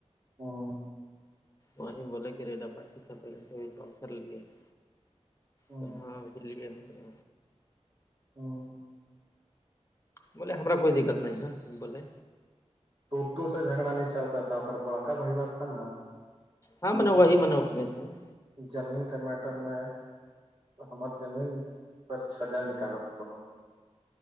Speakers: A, on the right (about 45°); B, on the left (about 25°).
A: ہاں <inaudible>
B: وہیں بولے کہ ریڈا پچی تھا پہلے تو پ کرر لیے <inaudible>
A: ہوں
B: تو ہاں اسی لیے ہم <inaudible>
A: ہوں <inaudible>
B: بولے ہما کوئی دقت نہیں ہے وہ بولے
A: ٹوٹو سے جھگڑا نہیں چلتا تھا ا بڑکا بیوہ تھا نا <inaudible>
B: ہاں من وہی منا ا ف سے <inaudible>
A: زمین کے میٹر میں ہمار جمین <inaudible> سر سھجا نکال ہلواں <inaudible>